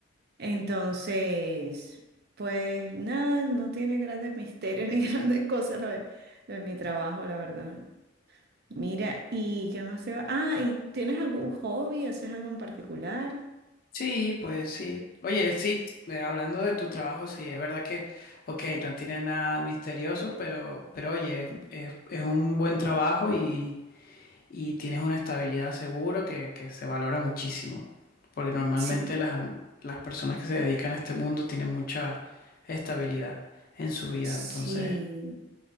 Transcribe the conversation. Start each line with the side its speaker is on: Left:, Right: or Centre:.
Right: Entonces, pues nada, no tiene grandes misterios <laughs> ni grandes cosas lo de, lo de mi trabajo, la verdad. Mira, ¿y qué más se va? Ah, ¿y tienes algún hobby? ¿Haces algo en particular?
Left: Sí, pues sí. Oye, sí, eh, hablando de tu trabajo, sí, es verdad que, ok, no tiene nada misterioso, pero, pero oye, es, es un buen trabajo y y tienes una estabilidad seguro que, que se valora muchísimo. Porque normalmente
Right: Sí,
Left: las, las personas que se dedican a este mundo tienen mucha estabilidad en su vida.
Right: sí,
Left: Entonces,